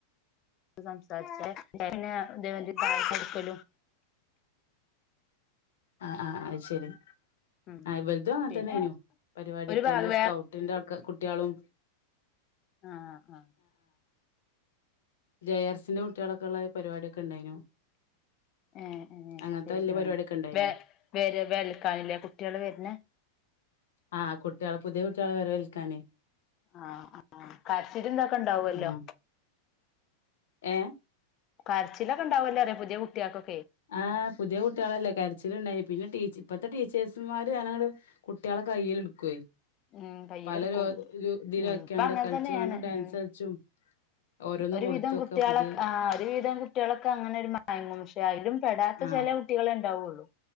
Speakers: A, on the left (about 35°); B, on the left (about 60°).
A: സംസാരിച്ചന്നെ ഇലടുക്കലും
B: ആ് ആഹ അത് ശരി
A: ഉം
B: ആ വലുതും അങ്ങനെ
A: പിന്നെ
B: തന്നൊയിനു പരിപാടൊക്കെല്ലെ
A: ഒരു ഭാഗം
B: സ്കൗട്ടിന്റെ ആൾക്ക കുട്ടികളും
A: ആഹ ആഹ
B: ജയർസിന്റെ കുട്ടികൾൊക്കെ ഉള്ള പരിപാടിിയൊക്കെ ഉണ്ടായിനു
A: ഏ
B: അങ്ങനത്തെ
A: ശരി
B: വലിയ
A: ഉ
B: പരിപാടിയൊക്കെ ഉണ്ടായിനു
A: വ വേര് വൽക്കാനില്ലേ കുട്ടികള് വരുന്ന
B: ആഹ് കുട്ടികള്െ പുതിയ കുട്ടികളെ വരെ വിൽക്കാനേ
A: ആഹ ആ കാ്ശിരി എന്താക്കെ ഉണ്ടാവല്ലോ
B: ആ ഏ
A: കരച്ചിലൊക്കെ ഉണ്ടാവുംല്ലേ പുതിയ കുട്ടികൾക്കെ
B: ആഹ് പുതിയ കുട്ടികളല്ലേ കരച്ചില് ഉണ്ടായി പിന്നെ ടീച്ച ഇപ്പഴത്തെ ടീച്ചേഴ്സുമാര് ഞാനങ്ങ കുട്ടികളെ കൈയ്യിൽ എടുക്കുവേ
A: ഉം കയ്യിലെടുക്കും
B: പല ര തിലൊക്കെയാണ്ട്
A: ഉം ഇപ്പൊ അങ്ങനെ
B: കളിച്ചു
A: തന്നെയാണ്
B: കണ്ടും ഡാൻസ്
A: ഉം
B: കളിച്ചും ഓരോന്ന്
A: ഒരുവിധം
B: കൊടുത്തൊക്കെ
A: കുട്ടികള
B: പുതിയ
A: ആഹ് ഒരു വിധം കുട്ടികളക്കെ അങ്ങനെ ഒരു പക്ഷെ അതിലും പെടാത്ത
B: ആഹ്
A: ചില കുട്ടികള് ഉണ്ടാവുള്ളു